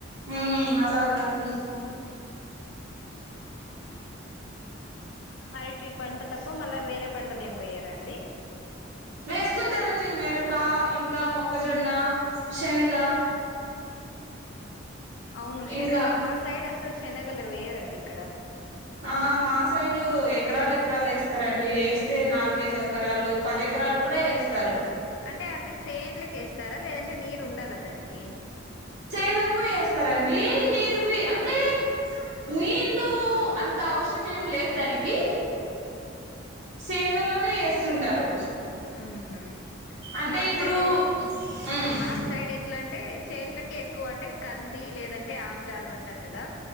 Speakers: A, on the right; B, on the left.
A: ఉమ్ అలాగా అండి
B: అయితే ఈ పంట తప్ప మళ్ళా వేరే పంటలు ఏమి వెయ్యరా అండి
A: వేస్తుంటారండి మిరప, ఇంకా మొక్కజొన్న, శనగ
B: అవును శనగ
A: ఇంకా
B: మా సైడ్ అసలు శనగలు వేయారండి ఇక్కడ
A: ఆ మా సైడు ఎకరాలు ఎకరాలు వేస్తారండి వేస్తే నాలుగైదు ఎకరాలు పది విత్తనాలు కూడా వేస్తారు
B: అంటే అవి సేన్లకి వేస్తారా లేదంటే నీరు ఉండాలా దానికి
A: చేన్లకు వేస్తారండి నీరుకి అంటే నీళ్ళు అంత అవసరం ఏం లేదు దానికి చేనులలోనే వేస్తుంటారు
B: ఉహు
A: అంటే
B: మా
A: ఇప్పుడు
B: సైడ్ ఏ
A: ఉమ్
B: మా సైడ్ ఎట్లా అంటే చేన్లకే ఎక్కువ అంటే కంది లేదంటే ఆముదాలు అంటారు కదా